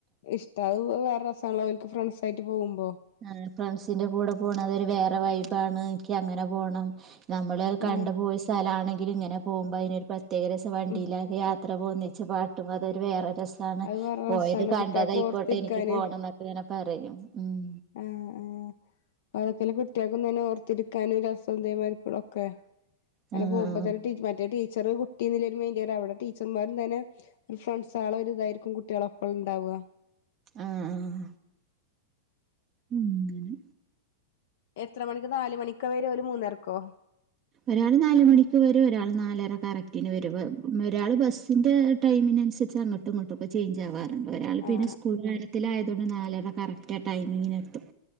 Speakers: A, on the left; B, on the right.
A: ഇഷ്ടം അത് വേറെ രസനലോ അവലക്ക് ഫ്രണ്ട്സ ആയിട്ട് പോകുമ്പോ
B: ആ ഫ്രണ്ട്സിന്റെ കൂടെ പോണം അതൊരു വേറെ വൈബാണ് എനിക്ക് അങ്ങനെ പോണം നമ്മള് കണ്ടു
A: ആഹ്
B: പോയ സ്ഥലമാണെങ്കിലും ഇങ്ങനെ പോകുമ്പോ അതിനൊരു പ്രത്യേക രസ വണ്ടിയിഒക്കെ
A: ഉം
B: യാത്ര പോകുന്ന പാട്ടും അതൊരു വേറെ രസമാണ്
A: അത് വേറെ
B: പോയത്
A: രസാണ്
B: കണ്ടതായിക്കോട്ടെ
A: കുട്ടികൾക്ക് ഓർത്തിരിക്കാന്
B: എനിക്ക് പോകണം എന്നൊക്കെ പറയും ഉം
A: ആഹ് ആ അ അതൊക്കെല്ല കുട്ടികക്കും തന്നെ ഓർത്തിരിക്കാനും ഒരു രസ <unintelligible> ഒക്കെ അങ്ങനെ
B: ആഹ്
A: പോകുമ്പോ
B: ആഹ്
A: തന്നെ മറ്റേ ടി ടീച്ചർ കുട്ടി മൈൻറ്റല്ല അവിടെ ടച്ചർമാരും തന്നെ ഒരു ഫ്രണ്ട്സ് ആള ഒരു ഇതായിരിക്കും കുട്ടികളെപ്പോൾ ഉണ്ടാവാ വ
B: ആഹ ആഹ ഉങ്ങനെ
A: എത്ര മണിക്ക് നാല് മണിക്കവരെ ഓല് മൂന്നരക്കോ
B: ഒരാൾ നാല മണിക്ക് വരും ഒരാൾ നാലര കറക്റ്റന് വരും ഒരാൾ ബസിന്റെ ടൈമിന് അനുസരിച്ച് അങ്ങട്ടുംങ്ങട്ടൊക്കെചേഞ്ച് ആവാർ ഒരാൾ
A: ആഹ്
B: പിന്നെ സ്കൂൾ കാര്യത്തിൽ ആയത് കൊണ്ട് നാലര കറക്റ്റ് ടൈമിങ്ങിന് എത്തും